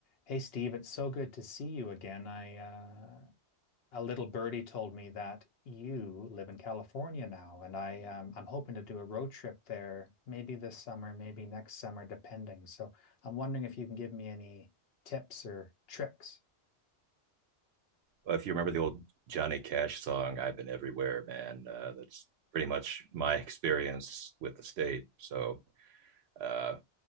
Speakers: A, on the left (about 65°); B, on the right (about 70°).
A: Hey Steve, it's so good to see you again. I uh, a little birdie told me that you live in California now, and I um, I'm hoping to do a road trip there, maybe this summer, maybe next summer, depending. So I'm wondering if you can give me any tips or tricks.
B: Well, if you remember the old Johnny Cash song, I've been everywhere, man, uh, that's pretty much my experience with the state. So, uh,